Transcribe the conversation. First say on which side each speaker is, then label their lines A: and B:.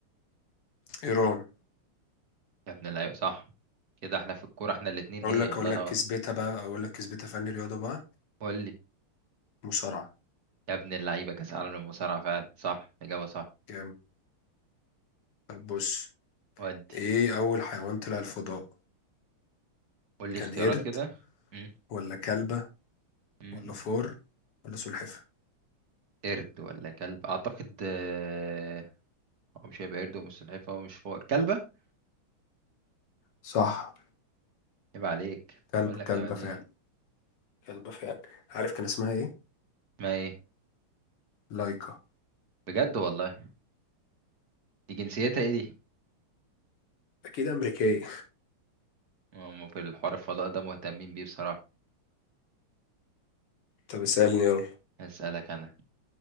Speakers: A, on the left; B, on the right.
A: إيران
B: يا ابن اللعيبه صح كده احنا في الكوره احنا الاتنين
A: أقول
B: ايه
A: لك
B: الله
A: أقول
B: ينور
A: لك كسبتها بقى أقول لك كسبتها فني رياضة بقى
B: قول لي
A: مصارعة
B: يا ابن اللعيبه كاس العالم للمصارعه فعلا صح اجابه صح
A: جامد طب بص
B: ودي
A: إيه أول حيوان طلع الفضاء
B: قول لي
A: كان
B: اختيارات
A: قرد
B: كده مم،
A: ولا كلبة
B: مم.
A: ولا فار ولا سلحفاة
B: قرد ولا كلب اعتقد آه، هو مش هيبقى قرد ومش سلحفاه ومش فار كلبه
A: صح
B: يبقى عليك
A: كلب
B: بقول لك
A: كلبة
B: يبقى عليك
A: فعلا كلبة فعلا عارف كان اسمها إيه
B: ما ايه
A: لايكا
B: بجد والله دي جنسيتها ايه دي
A: أكيد أمريكية
B: هم في الحوار الفضاء ده مهتمين بيه بصراحة
A: طب اسألني يلا
B: هسألك انا